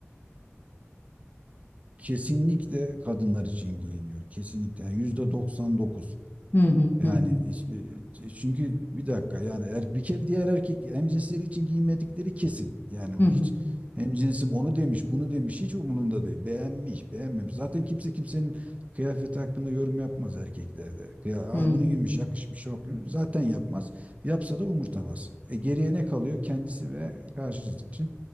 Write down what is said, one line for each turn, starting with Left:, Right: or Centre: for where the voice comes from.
Right: kesinlikle kadınlar için giyiniyor. Kesinlikle Yani yüzde doksan dokuz
Left: Hı hı
Right: Yani
Left: hı hı.
Right: hiçbir- e, çünkü bir dakika yani er, bir kere diğer erkek hemcinsleri için giyinmedikleri kesin. Yani
Left: Hı hı
Right: hiç hemcinsim onu demiş, bunu demiş hiç umurunda değil. Beğenmiş, beğenmemiş. Zaten kimse kimsenin kıyafeti hakkında yorum yapmaz erkeklerde. Ya Aa,
Left: hı hı.
Right: bunu giymiş, yakışmış, yok. Zaten yapmaz. Yapsa da umurtamaz. E, geriye ne kalıyor? Kendisi ve karşı cins için.